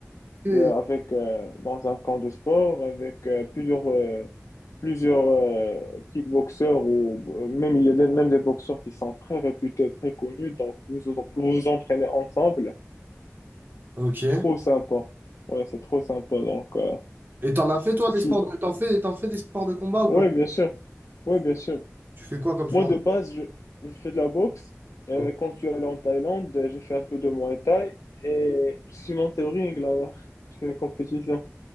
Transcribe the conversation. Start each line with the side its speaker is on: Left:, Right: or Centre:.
Right: Et-
Left: ouais. euh, avec, euh, dans un camp de sport, avec euh, plusieurs, euh, plusieurs euh, kickboxeurs ou euh, même, il y a des- même des boxeurs qui sont très réputés, très connus. Donc, vous vous vous entraînez ensemble.
Right: Ok.
Left: Trop sympa. Ouais, c'est trop sympa. Donc, euh,
Right: Et t'en as fait toi des
Left: si,
Right: sports de... t'en fais, t'en fais des sports de combat
Left: ouais,
Right: ou pas?
Left: bien sûr. Ouais, bien sûr.
Right: Tu fais quoi comme sport
Left: Moi, de
Right: de...
Left: base, je, je fais de la boxe. Euh,
Right: Oh.
Left: quand je suis allé en Thaïlande, euh, j'ai fait un peu de Muay Thai et je suis monté au ring là-bas. Je fais une compétition.